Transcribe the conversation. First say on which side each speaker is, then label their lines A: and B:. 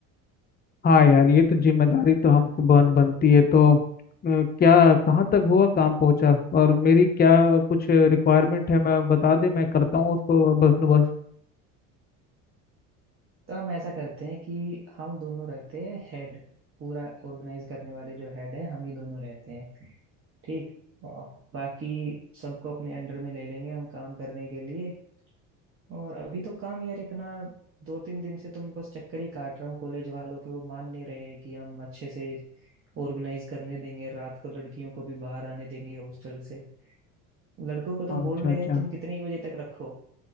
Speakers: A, on the left; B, on the right.
A: हाँ यार ये तो जिम्मेदारी तो हमको बन बनती है तो अ, क्या कहाँ तक हुआ काम पहुंचा और मेरी क्या कुछ रिक्वायरमेंट है मैं बता दे मैं करता हूँ उसको बस बस
B: तो हम ऐसा करते हैं कि हम दोनों रहते हैं हेड पूरा ऑर्गेनाइज करने वाले जो हेड है हम ही दोनों रहते हैं ठीक और बाकी सबको अपने अंडर में ले लेंगे हम काम करने के लिए और अभी तो काम यार इतना दो तीन दिन से तुम बस चक्कर ही काट रहा हूँ कॉलेज वालों के वो मान नहीं रहे हैं कि हम अच्छे से ऑर्गेनाइज करने देंगे रात को लड़कियों को भी बाहर आने देंगे हॉस्टल से लड़कों को तो
A: अच्छा
B: बोल रहे
A: अच्छा
B: हैं तुम कितने ही बजे तक रखो